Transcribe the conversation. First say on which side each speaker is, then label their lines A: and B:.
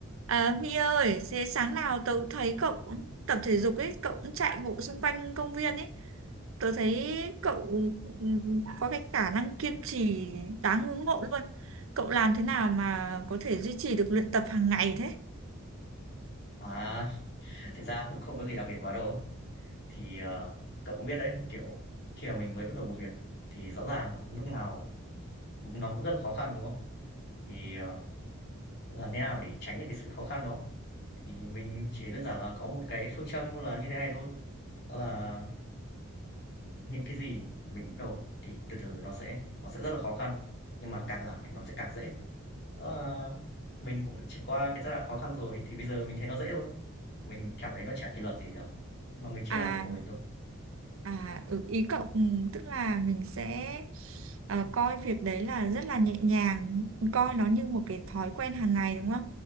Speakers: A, on the right (about 70°); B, on the left (about 50°).
A: À, Huy ơi, thế sáng nào tớ cũng thấy cậu cũng tập thể dục ấy, cậu cũng chạy bộ xung quanh công viên ấy. Tớ thấy cậu ừm, có cái khả năng kiên trì đáng ngưỡng mộ luôn. Cậu làm thế nào mà có thể duy trì được luyện tập hàng ngày thế?
B: À, thực ra cũng không có gì đặc biệt quá đâu. Thì, ờ, cậu cũng biết đấy, kiểu, khi mà mình mới bắt đầu một việc thì rõ ràng lúc nào nó cũng rất là khó khăn, đúng không? Thì, ờ, làm thế nào để tránh được cái sự khó khăn đó? Thì mình chỉ đơn giản là có một cái phương châm là như thế này thôi, đó là những cái gì mình bắt đầu thì từ từ nó sẽ nó sẽ rất là khó khăn, nhưng mà càng làm thì nó sẽ càng dễ. Đó là mình cũng đã trải qua cái giai đoạn khó khăn rồi thì bây giờ mình thấy nó dễ thôi, mình cảm thấy nó chả kỷ luật gì cả, mà mình chỉ
A: À,
B: làm việc của mình thôi.
A: À, ừ, ý cậu ừ, tức là mình sẽ ờ, coi việc đấy là rất là nhẹ nhàng, coi nó như một cái thói quen hàng ngày đúng không?